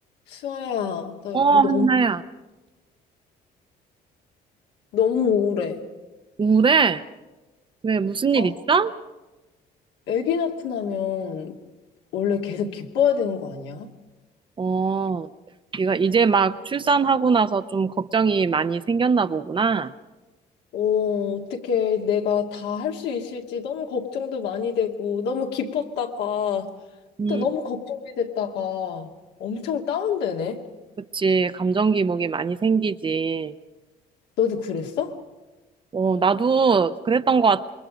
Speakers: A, on the left; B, on the right.
A: 수아야, 나
B: 어,
A: 요즘
B: 한나야.
A: 너무, 너무 우울해.
B: 우울해? 왜, 무슨
A: 아,
B: 일 있어?
A: 애기 낳고 나면 원래 계속 기뻐야 되는 거 아니야?
B: 어, 네가 이제 막 출산하고 나서 좀 걱정이 많이 생겼나 보구나.
A: 어, 어떻게 내가 다 할 수 있을지 너무 걱정도 많이 되고, 너무 기뻤다가,
B: 음,
A: 또 너무 걱정이 됐다가, 엄청 다운되네?
B: 그치. 감정 기복이 많이 생기지.
A: 너도 그랬어?
B: 어, 나도 그랬던 것 같아.